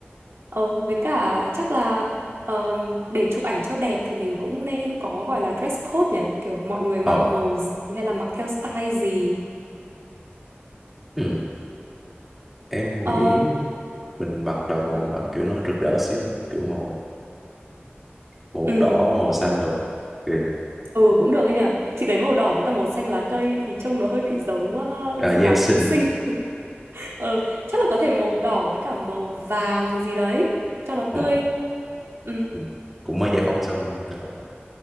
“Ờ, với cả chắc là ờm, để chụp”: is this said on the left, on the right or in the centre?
Right